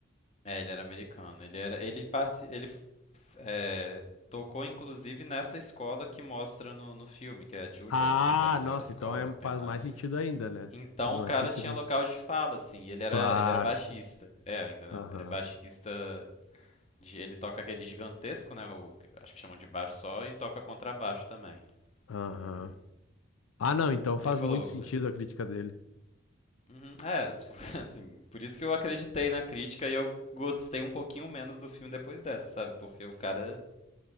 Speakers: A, on the left; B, on the left.
A: É, ele era americano. Ele era, ele parte, ele é, tocou inclusive nessa escola que mostra no, no filme, que é a Juilliard,
B: Ah,
A: né, que é a melhor
B: nossa,
A: escola
B: então é-
A: que
B: faz
A: tem lá.
B: mais sentido ainda, né?
A: Então
B: Faz mais
A: o cara
B: sentido
A: tinha
B: aí.
A: local de fala, assim. E ele era,
B: Claro.
A: ele era baixista. É ainda,
B: Aham.
A: né? É baixista. de- ele toca aquele gigantesco, né? O, acho que chamam de baixo só e toca contrabaixo também.
B: Aham.
A: E
B: Ah, não, então faz
A: ele falou,
B: muito sentido
A: de-
B: a crítica dele.
A: Uhum, é, <laughs> assim, por isso que eu acreditei na crítica e eu gostei um pouquinho menos do filme depois dessa, sabe? Porque o cara